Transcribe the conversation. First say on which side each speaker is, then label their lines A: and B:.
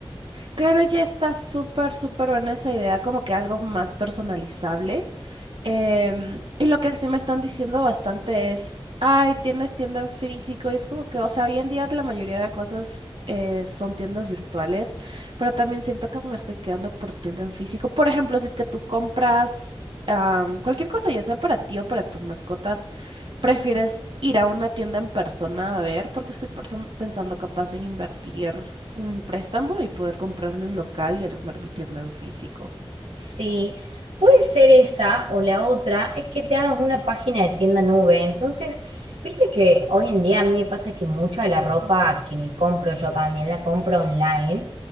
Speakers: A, on the right; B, on the right.
A: Claro, ya está súper, súper buena esa idea, como que algo más personalizable. Em, y lo que sí me están diciendo bastante es, ay, tienes tienda en físico, y es como que, o sea, hoy en día la mayoría de cosas eh, son tiendas virtuales, pero también siento que me estoy quedando por tienda en físico. Por ejemplo, si es que tú compras am, cualquier cosa, ya sea para ti o para tus mascotas. ¿Prefieres ir a una tienda en persona a ver? Porque estoy persan- pensando capaz en invertir un préstamo y poder comprarme un local y armar mi tienda en físico.
B: Sí, puede ser esa o la otra, es que te hagas una página de tienda nube. Entonces, viste que hoy en día a mí me pasa que mucha de la ropa
A: Mm,
B: que me compro yo también la compro online.